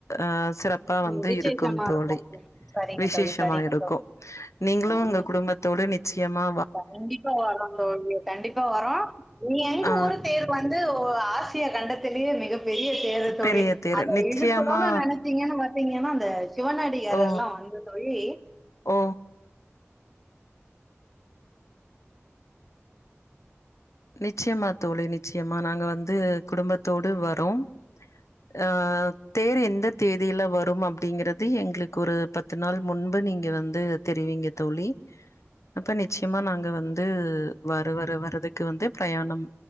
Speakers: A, on the left (about 85°); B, in the centre.
A: அ சிறப் ப்பா வந்து
B: உம் விசேஷமா
A: இருக்கும் தோழி
B: இருக்கும் சரிங்க
A: விசேஷமா
B: தோழி சரிங்க
A: இருக்கு
B: தோழி
A: நீங்களு
B: உம்
A: உங்க குடும்பத்தோடு நித் ச்சியமா
B: கண்டிப்பா வரோ தோழி கண்டிப்பா வரோ நீங் எங்க
A: ஆ
B: ஊரு தேர் வந்து ஆசியா கண்டத்திலேயே மிகப்பெரிய தேரு தோழி
A: பெரிய தேரு
B: அத
A: நிச்சயமா
B: இழுக்கனுனு நெனைச்சீங்கன்னு பாத்திங்கன்னா அந்த சிவனடியார்
A: ஓ
B: எல்லாம் வந்து தோழி
A: ஓ நிச்சியமா தோழி நிச்சியமா நாங்க வந்து குடும்பத்தோடு வரோம் ஆ தேர் எந்த தேதியில வரும் அப்டிங்கிறது எங்ளுக்கு ஒரு பத்து நாள் முன்பு நீங்க வந்து தெரிவீங்க தோழி அப்ப நிச்சயமா நாங்க வந்து வர வர வர்றதுக் க்கு வந்து பிரயாணம்